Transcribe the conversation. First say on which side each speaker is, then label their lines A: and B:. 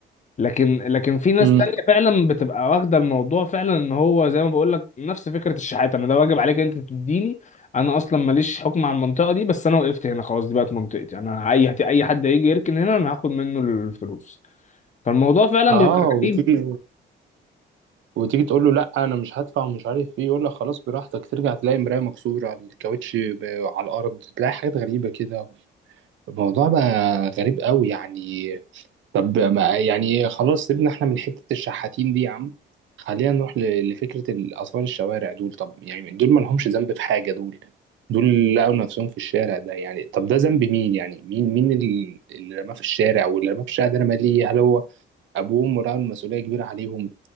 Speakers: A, on the left; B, on the right.
A: لكن لكن في ناس
B: امم
A: تانية فعلا بتبقى واخدة الموضوع فعلا ان هو زي ما بقول لك نفس فكرة الشحات انا ده واجب عليك انت تديني انا اصلا ماليش حكم على المنطقة دي بس انا وقفت هنا خلاص دي بقت منطقتي انا اي اي حد هيجي يركن هنا انا هاخد منه الفلوس فالموضوع فعلا
B: اه
A: بيبقى
B: وتيجي
A: غريب
B: وتيجي تقول له لا انا مش هدفع ومش عارف ايه يقول لك خلاص براحتك ترجع تلاقي مرايه مكسوره على الكاوتش ب- على الارض تلاقي حاجات غريبه كده الموضوع بقى غريب قوي يعني طب ما يعني خلاص سيبنا احنا من حتة الشحاتين دي يا عم خلينا نروح ل- لفكرة الأطفال الشوارع دول طب يعني دول ما لهمش ذنب في حاجة دول دول لقوا نفسهم في الشارع ده يعني طب ده ذنب مين يعني مين مين اللي اللي رماه في الشارع واللي رماه في الشارع ده رماه ليه هل هو أبوهم ورأوا المسؤولية كبيرة عليهم